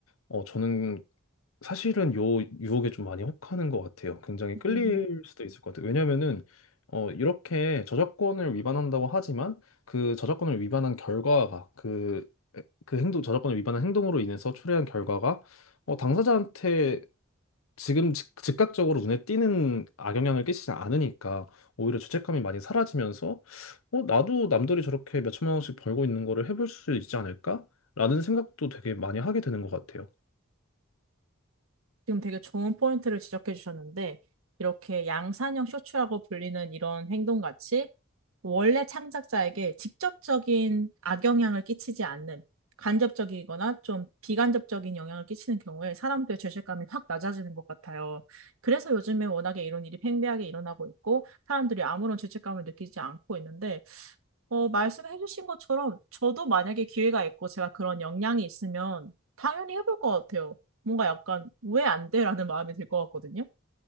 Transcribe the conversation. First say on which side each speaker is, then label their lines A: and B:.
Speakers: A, on the left; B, on the right.
A: 어, 저는 사실은 요 유혹에 좀 많이 혹하는 것 같아요. 굉장히
B: 네.
A: 끌릴 수도 있을 것 같아요. 왜냐면은 어, 이렇게 저작권을 위반한다고 하지만 그 저작권을 위반한 결과가 그, 그 행동, 저작권을 위반한 행동으로 인해서 초래한 결과가 어, 당사자한테 지금 즉, 즉각적으로 눈에 띄는 악영향을 끼치지 않으니까 오히려 죄책감이 많이 사라지면서 어, 나도 남들이 저렇게 몇천만 원씩 벌고 있는 거를 해볼 수 있지 않을까? 라는 생각도 되게 많이 하게 되는 것 같아요.
B: 지금 되게 좋은 포인트를 지적해 주셨는데, 이렇게 양산형 쇼츠라고 불리는 이런 행동같이 원래 창작자에게 직접적인 악영향을 끼치지 않는 간접적이거나 좀 비간접적인 영향을 끼치는 경우에 사람들의 죄책감이 확 낮아지는 것 같아요. 그래서 요즘에 워낙에 이런 일이 팽배하게 일어나고 있고 사람들이 아무런 죄책감을 느끼지 않고 있는데 어, 말씀해 주신 것처럼 저도 만약에 기회가 있고 제가 그런 역량이 있으면 당연히 해볼 것 같아요. 뭔가 약간 왜 안 돼? 라는 마음이 들 것 같거든요.